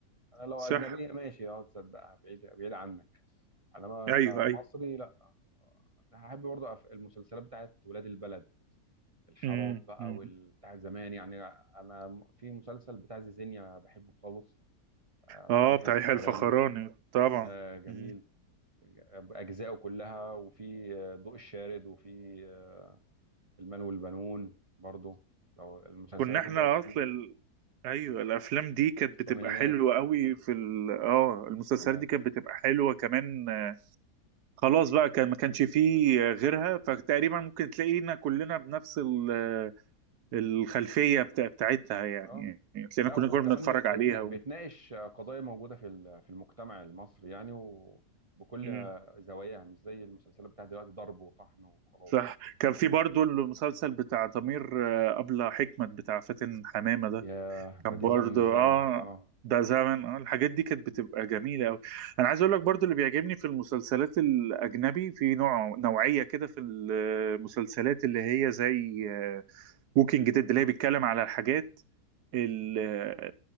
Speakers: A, on the right; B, on the right.
A: انا لو
B: صح
A: اجنبية ماشي اه تصدقها بعيد بعيد عنك انما
B: أيوه
A: كمصري
B: أيوه
A: لا هحب برضه أف- المسلسلات بتاعت ولاد البلد الحارات
B: إمم،
A: بقى
B: إمم.
A: والبتاع زمان يعني انا م- في مسلسل بتاع زيزينيا بحبه خالص آه،
B: اه
A: بتاع يحيى
B: بتاع
A: الفخراني
B: يحيى الفخراني طبعا
A: ده جميل
B: مم.
A: بأجزائه كلها وفي آه، ضوء الشارد وفي آه، المال والبنون برضو لو المسلسلات
B: كنا احنا
A: اللي هي القديمة
B: اصلا ال...
A: دي.
B: ايوه الافلام دي كانت
A: الثمانينات
B: بتبقى حلوه قوي في ال... اه المسلسلات
A: التسعينات
B: دي كانت بتبقى حلوه كمان آه، خلاص بقى كان ما كانش فيه آه، غيرها فتقريبا ممكن تلاقينا كلنا بنفس ال... آه، الخلفيه بتاع... بتاعتها يعني
A: اه
B: يعني تلاقينا
A: لا
B: كلنا
A: وكمان
B: كنا بنتفرج
A: بي- بيتنا-
B: عليها و...
A: بتناقش قضايا موجودة في ال- في المجتمع المصري يعني وبكل
B: مم.
A: زواياها مش زي المسلسلات بتاعت دلوقتي ضرب وطحن وخلاص
B: صح
A: يعني
B: كان في برضو المسلسل بتاع ضمير آه، أبلة حكمت بتاع فاتن حمامة ده
A: ياه
B: كان
A: ده دي
B: برضو
A: زمن الزمن
B: اه
A: اه
B: ده زمن اه الحاجات دي كانت بتبقى جميلة أوي أنا عايز أقول لك برضو اللي بيعجبني في المسلسلات الأجنبي في نوع نوعية كده في المسلسلات اللي هي زي ووكينج ديد اللي هي بيتكلم على الحاجات ال-